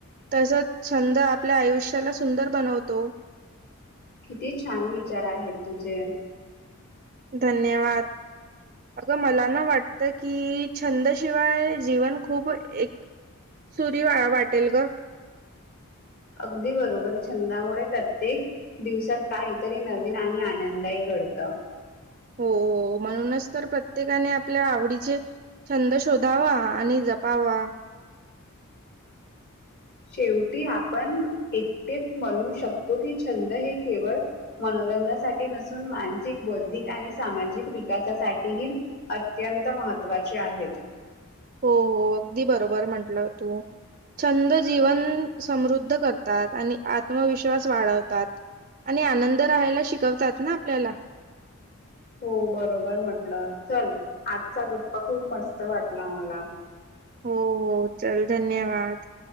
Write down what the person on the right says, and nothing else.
तसच छंद आपल्या आयुष्याला सुंदर बनवतो.
धन्यवाद! अगं मला ना वाटतं की छंदशिवाय जीवन खूप एक सुरी वा वाटेल ग
हो हो म्हणूनच तर प्रत्येकाने आपल्या आवडीचे छंद शोधावा आणि जपावा.
हो हो अगदी बरोबर म्हंटलं तू छंद जीवन समृद्ध करतात आणि आत्मविश्वास वाढवतात. आणि आनंद राहायला शिकवतात ना आपल्याला
हो हो चल धन्यवाद.